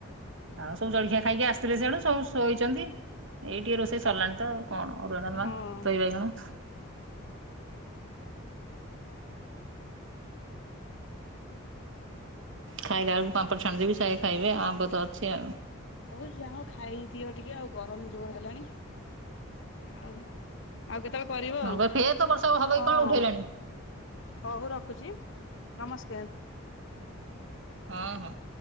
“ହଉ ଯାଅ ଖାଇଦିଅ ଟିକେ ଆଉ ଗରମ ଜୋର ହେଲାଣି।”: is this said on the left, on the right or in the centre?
Left